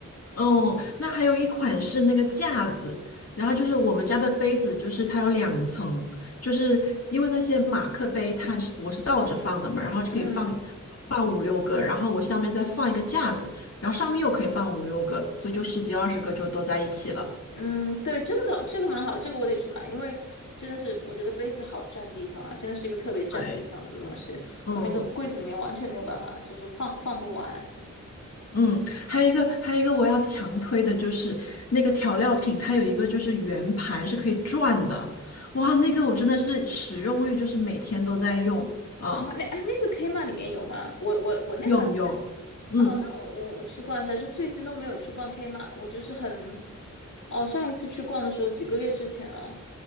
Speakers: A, on the left (about 50°); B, on the left (about 70°).
A: 哦，那还有一款是那个架子，然后就是我们家的杯子，就是它有两层，就是因为那些马克杯它是我是倒着放的嘛，然后就可以放
B: 嗯
A: 放五六个，然后我下面再放一个架子，然后上面又可以放五六个，所以就十几二十个就都在一起了。
B: 嗯，对，这个倒这个蛮好，这个我得去买，因为真的是我觉得杯子好占地方啊，真的是一个特别占地方的东西。
A: 对，嗯
B: 我那个柜子里面完全没有办法，就是放放不完。
A: 嗯，还有一个还有一个我要强推的就是那个调料品，它有一个就是圆盘是可以转的，哇，那个我真的是使用率就是每天都在用。嗯
B: 哦，那哎，那个 k m a 里面有吗？我我我那个好像在
A: 有有，嗯，
B: 哦，那我我我去逛一下，就最近都没有去逛 k m a 我就是很，哦，上一次去逛的时候几个月之前了，